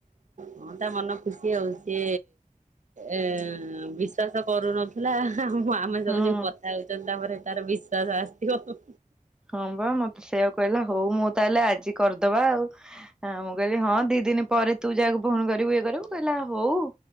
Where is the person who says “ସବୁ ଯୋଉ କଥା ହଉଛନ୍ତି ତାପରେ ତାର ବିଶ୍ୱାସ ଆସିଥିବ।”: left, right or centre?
Right